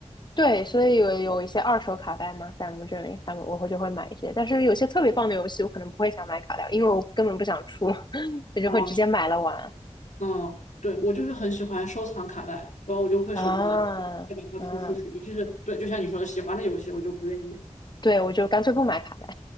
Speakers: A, on the left; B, on the left.
A: 对，所以有有一些二手卡带嘛，在我们这里，他们我会就会买一些，但是有些特别棒的游戏，我可能不会想买卡带，因为我根本不想出，<laughs> 我就会直接买了玩。
B: 啊，是吗嗯，对，我就是很喜欢收藏卡带，然后我就会舍不得
A: 啊，
B: 再把它出出去，
A: 嗯，
B: 尤其是对，就像你说的，喜欢的游戏我就不愿意，
A: 对，我就干脆不买卡带。